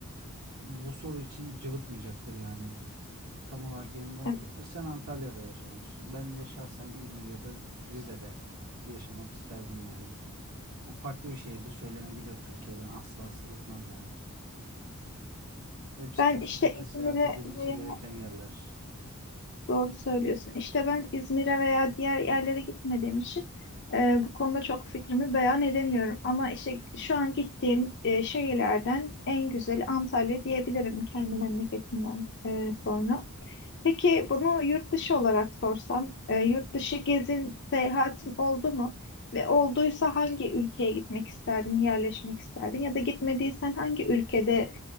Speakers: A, on the right; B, on the left.
A: bu soru için cıvıtmayacaktır yani. Tam olarak yanında olacaktır.
B: evet.
A: Sen Antalya'da yaşamak istiyorsun. Ben de şahsen İzmir ya da Rize'de yaşamak isterdim yani. Ama farklı bir şehirde söylenebilir Türkiye'den asla sırıtmaz yani. Hepsi
B: Ben
A: kesinlikle
B: işte İzmir'e
A: seyahat edilmesi
B: veya
A: gereken yerler.
B: doğru söylüyorsun. İşte ben İzmir'e veya diğer yerlere gitmediğim için e, bu konuda çok fikrimi beyan edemiyorum. Ama işte şu an gittiğim e, şehirlerden en güzeli Antalya diyebilirim kendi memleketimden e,
A: Hı.
B: sonra. Peki bunu yurt dışı olarak sorsam, e, yurt dışı gezin, seyahatin oldu mu? Ve olduysa hangi ülkeye gitmek isterdin, yerleşmek isterdin? Ya da gitmediysen hangi ülkede